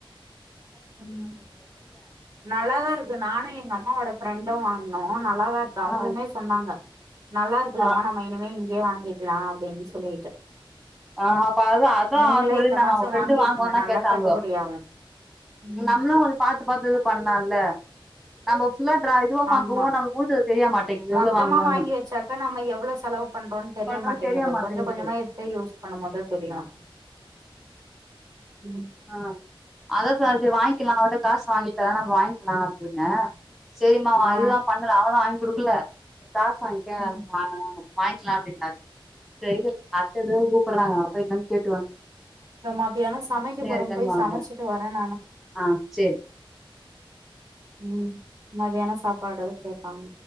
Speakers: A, on the right; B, in the centre.
A: ம் நல்லாதா இருக்கு நானும் எங்க அம்மாவோட ஃப்ரெண்டும் வாங்னோ நல்லாதா இருக்கு அவுங்களுமே
B: ஆ
A: சொன்னாங்க நல்லா இருக்குல்லம்மா
B: ஆ
A: நம்ம இனிமே இங்கயே வாங் கேக்கலா அப்டின்னு சொல்லிட்டு
B: ஆ <unintelligible> அதான்
A: நீங்களு
B: சொல்லிருந்தாங்க
A: இந்த மாசோ
B: அவங்க ஃப்ரெண்டு
A: வாங்கிக்கங்க
B: வாங்குவோ தான்
A: நல்லா
B: கேட்டாங்க
A: கட்டுப்படியாகு ம்
B: நம்மளு கொஞ்ச பாத்து பாத்து இது பண்ணலாம்ல <unintelligible> இதுவா வாங்குவோ
A: ஆமா
B: நமக்கு ஊத்துறது தெரிய மாட்டேங்குது
A: மொத்தமா
B: எவ்ளோ வாங்குறோன்னு
A: வாங்கி வச்சாக்க நம்ம எவ்ளோ செலவு பண்றோம்னு தெரியமாட்டேங்குது
B: பண்றோன்னு தெரிய மாட்டேங்குது
A: கொஞ்சம் கொஞ்சமா எத்து யூஸ் பண்ணுமோது தெரியும் உம்
B: ஆ அதா <unintelligible> வாங்கிக்லா நா அவர்ட்ட காசு வாங்கித்தரே நம்ம வாங்கிக்லா அப்டின்னே செரிமா
A: ஆ
B: அதுதான் பண்ணல அவதான் வா குடுக்கல காசு வாங்க்க
A: ம்
B: வேணா வேணா வாய்ங்கலாம் அப்டின்னாரு <unintelligible> சொல்றாங்க நா போய் என்னன்னு கேட்
A: மத்தியானம் சமை <unintelligible>
B: இருக்கேன்னுவாங்க
A: போய் சமைச்சுட்டு வரேன் நானு
B: ஆ சேரி
A: உம் மத்தியான சாப்பாடு கேப்பாங்